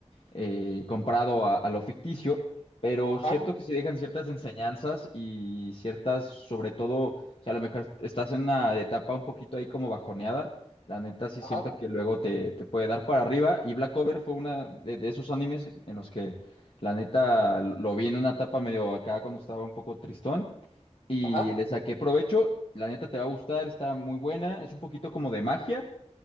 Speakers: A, on the left; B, on the left.
A: eh, comparado a, a lo ficticio, pero
B: Ajá,
A: cierto que sí dejan ciertas enseñanzas y ciertas, sobre todo, o sea, a lo mejor estás en una etapa un poquito ahí como bajoneada, la neta sí
B: ajá,
A: siento que luego te, te puede dar para arriba y Black Clover fue una de, de esos animes en los que la neta lo vi en una etapa medio acá cuando estaba un poco tristón y
B: ajá,
A: le saqué provecho, la neta te va a gustar, está muy buena, es un poquito como de magia.